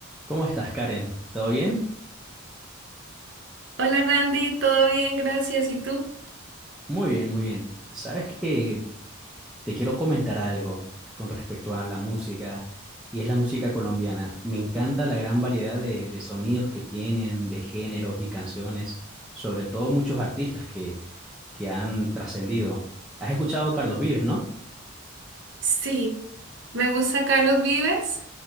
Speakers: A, in the centre; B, on the right (about 55°).
A: ¿Cómo estás, Karen? ¿Todo bien?
B: Hola Randy, todo bien, gracias. ¿Y tú?
A: Muy bien, muy bien. Sabes que te quiero comentar algo con respecto a la música, y es la música colombiana. Me encanta la gran variedad de, de sonidos que tienen, de géneros y canciones, sobre todo muchos artistas que, que han trascendido. ¿Has escuchado a Carlos Vives, no?
B: Sí, me gusta Carlos Vives.